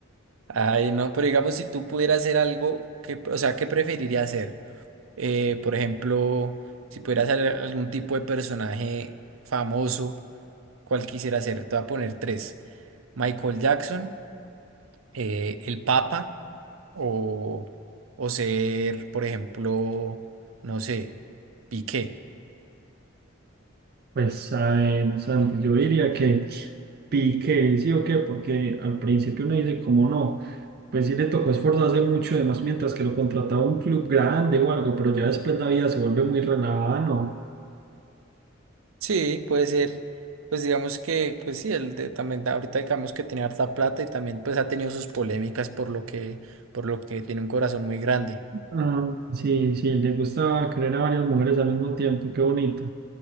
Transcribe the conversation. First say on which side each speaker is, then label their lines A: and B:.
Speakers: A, on the right (about 80°); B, on the right (about 50°).
A: Ay, no, pero digamos si tú pudieras hacer algo, que, o sea, ¿qué preferirías hacer? Eh, por ejemplo, si pudieras hacer algún tipo de personaje famoso, ¿cuál quisiera ser? Te voy a poner tres. Michael Jackson, eh, el Papa o, o ser, por ejemplo, no sé, Piqué.
B: Pues, a ver, Santi, yo diría que pique, sí o qué, porque al principio uno dice, como no, pues sí le tocó esforzarse mucho, además mientras que lo contrataba un club grande o algo, pero ya después la vida se vuelve muy relajada, ¿no?
A: Sí, puede ser, pues digamos que, pues sí, él de- también da- ahorita digamos que tiene harta plata y también pues ha tenido sus polémicas por lo que, por lo que tiene un corazón muy grande.
B: Ah, sí, sí, le gusta querer a varias mujeres al mismo tiempo, qué bonito.